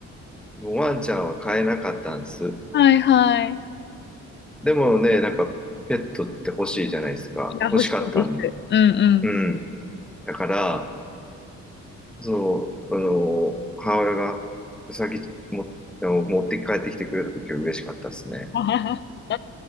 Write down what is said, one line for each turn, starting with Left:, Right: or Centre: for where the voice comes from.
Centre: もうワンちゃんは飼えなかったんです。
Left: はいはい。
Centre: でもね、なんかペットって欲しいじゃないですか。
Left: いや、欲しいです。
Centre: 欲しかったん。
Left: うんうん。
Centre: うん。だから、そう、あの、母親がうさぎも、あの持って帰ってきてくれた時は嬉しかったですね。
Left: <laughs>